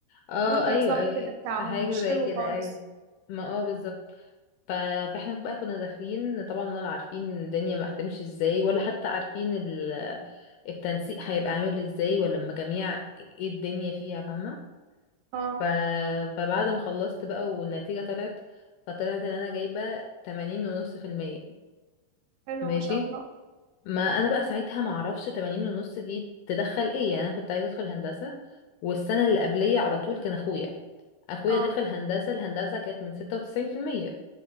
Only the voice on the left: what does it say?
اه
ايوه
ايوه
حاجه
زي
كده
ايوه ما اه بالظبط ف... فاحنا بقى كنا داخلين طبعا ولا عارفين الدنيا ما هتمشي ازاي ولا حتى عارفين ال... التنسيق هيبقى عامل ازاي ولا المجاميع ايه الدنيا فيها فاهمه
ف... فبعد ما خلصت بقى والنتيجة طلعت فطلعت ان انا جايبة تمانين ونص في المية
ماشي
ما انا بقى ساعتها ما اعرفش تمانين ونص دي تدخل ايه يعني انا كنت عايزة ادخل هندسة والسنة اللي قبلية على طول كان اخويا اخويا
دخل هندسة الهندسة كانت من ستة وتسعين في المية